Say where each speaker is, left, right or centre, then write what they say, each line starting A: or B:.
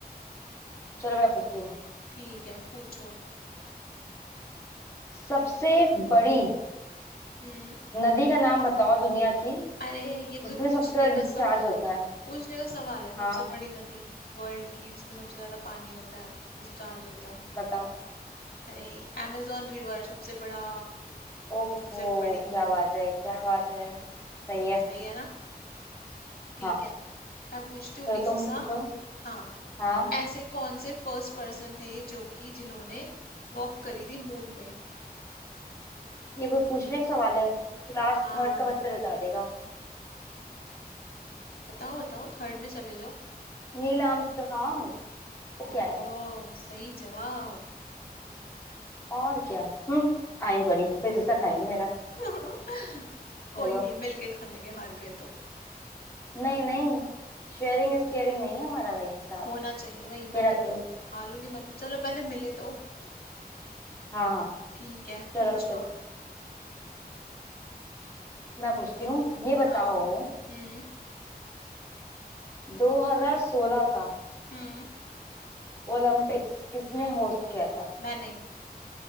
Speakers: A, on the left; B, on the left.
A: चलो मैं पूछती हूँ
B: ठीक है पूछो
A: सबसे बड़ी
B: हम्म
A: नदी का नाम बताओ दुनिया की
B: अरे ये
A: जिसमें
B: कोई पूछने
A: सबसे ज्यादा
B: का
A: डिस्चार्ज
B: सवाल
A: होता
B: है
A: है
B: पूछने का सवाल है सबसे
A: हाँ
B: बड़ी नदी वर्ल्ड की जिसमें सबसे ज्यादा पानी होता है डिस्चार्ज होता है
A: बताओ
B: अरे amazon रिवर सबसे बड़ा
A: ओहो
B: सबसे बड़ी
A: क्या बात है क्या बात है सही है
B: सही है ना ठीक
A: हाँ
B: है मैं पूछती हूँ
A: चलो
B: इजी
A: तुम
B: सा
A: पूछो
B: हाँ
A: हाँ
B: ऐसे कौन से फर्स्ट पर्सन थे जो कि जिन्होंने वॉक करी थी मून पे
A: ये कोई पूछने का सवाल है क्लास
B: हाँ
A: थर्ड का बच्चा बता देगा
B: बताओ बताओ थर्ड में चले जाओ
A: Neil Armstrong वो
B: ओहो
A: क्या है
B: सही जवाब
A: और क्या हम्म आई एम बड़ी पिज्जा खाएंगे मेरा
B: <laughs> कोई
A: चलो
B: नहीं मिलके खा लेंगे हार गए तो
A: नहीं नहीं शेयरिंग इज केयरिंग नहीं है हमारा भाई साहब
B: होना चाहिए भाई
A: अकेला
B: मैं
A: अकेला
B: तो हल खा लूंगी मैं तो चलो पहले मिले तो
A: हाँ हाँ
B: ठीक है
A: चलो
B: पूछो
A: फिर
B: अब
A: मैं पूछती हूँ ये बताओ
B: हाँ हम्म
A: 2016 का
B: हम्म
A: ओलंपिक्स किसने
B: हम्म
A: होस्ट किया था
B: मैंने